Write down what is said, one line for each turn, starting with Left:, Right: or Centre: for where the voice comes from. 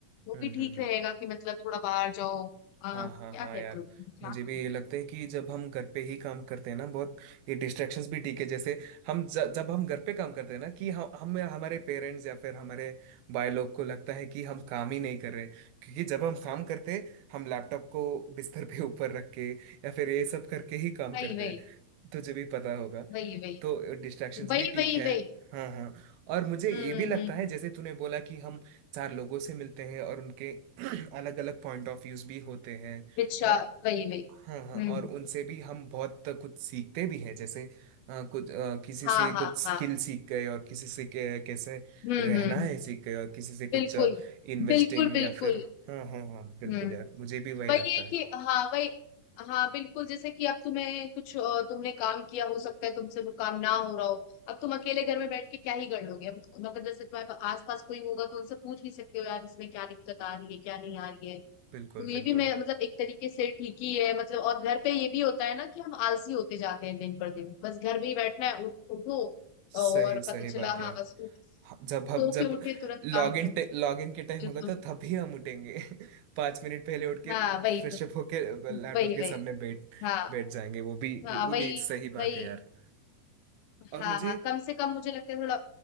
Left: वो
Right: हम्म
Left: भी ठीक
Right: हम्म हम्म
Left: रहेगा कि मतलब थोड़ा बाहर जाओ आ,
Right: हाँ
Left: क्या
Right: हाँ हाँ
Left: कहते
Right: यार
Left: हो क्या
Right: मुझे
Left: कहूं?
Right: भी ये लगता है कि जब हम घर पे ही काम करते हैं ना बहुत ये डिस्ट्रैक्शंस भी ठीक है जैसे हम ज, जब हम घर पे काम करते हैं ना कि हम हम हमारे पेरेंट्स या फिर हमारे भाई लोग को लगता है कि हम काम ही नहीं कर रहे क्योंकि जब हम काम करते हैं हम लैपटॉप को बिस्तर पे <laughs> ऊपर रख के या फिर ये सब करके ही काम
Left: वही
Right: करते
Left: वही
Right: हैं तुझे भी पता होगा
Left: वही वही
Right: तो डिस्ट्रैक्शंस
Left: वही
Right: भी ठीक
Left: वही
Right: है
Left: वही
Right: हाँ हाँ और मुझे ये
Left: हम्म हम्म
Right: भी लगता
Left: हम्म,
Right: है जैसे तूने बोला कि हम चार लोगों से मिलते हैं और उनके <clears throat> अलग अलग पॉइंट ऑफ व्यूज भी होते हैं
Left: अच्छा
Right: और
Left: वही वही
Right: हाँ हाँ
Left: हम्म
Right: और
Left: हम्म,
Right: उनसे भी हम बहुत कुछ सीखते भी हैं जैसे अ, कुछ अ, किसी
Left: हाँ
Right: से कुछ
Left: हाँ
Right: स्किल
Left: हाँ
Right: सीख गए और किसी से कै- कैसे
Left: हम्म
Right: रहना
Left: हम्म
Right: है सीख गए और किसी से
Left: बिल्कुल
Right: कुछ इन्वेस्टिंग
Left: बिल्कुल बिल्कुल
Right: या फिर हाँ हाँ हाँ बिल्कुल
Left: हम्म
Right: यार मुझे भी वही
Left: वही
Right: लगता
Left: है
Right: है
Left: कि हाँ वही हाँ बिल्कुल जैसे कि अब तुम्हें कुछ अ, तुमने काम किया हो सकता है तुमसे वो काम ना हो रहा हो अब तुम अकेले घर में बैठ के क्या ही कर लोगे अब मतलब जैसे तुम्हारे आस पास कोई होगा तो उनसे पूछ भी सकते हो यार इसमें क्या दिक्कत आ रही है क्या नहीं आ रही है
Right: बिल्कुल
Left: तो ये
Right: बिल्कुल
Left: भी मैं
Right: यार
Left: मतलब एक तरीके से ठीक ही है मतलब और घर पे ये भी होता है ना कि हम आलसी होते जाते हैं दिन पर दिन बस घर में ही बैठना है उठ- उठो
Right: सही
Left: और
Right: सही
Left: पता चला
Right: बात यार
Left: हाँ बस उठ
Right: हाँ, जब हम
Left: सो
Right: जब
Left: के उठे तुरंत
Right: लॉगिन
Left: काम करना
Right: लॉगिन के टाइम
Left: बिल्कुल
Right: होगा तो तभी हम उठेंगे <laughs> पाँच मिनट पहले उठ के
Left: हाँ वही
Right: फ्रेश
Left: वही
Right: अप होके लैपटॉप
Left: वही
Right: के
Left: वही।
Right: सामने बैठ
Left: हाँ
Right: बैठ जाएंगे वो भी
Left: हाँ
Right: वो
Left: वही
Right: भी एक सही
Left: वही
Right: बात है यार और
Left: हाँ
Right: मुझे
Left: हाँ कम से कम मुझे लगता है थोड़ा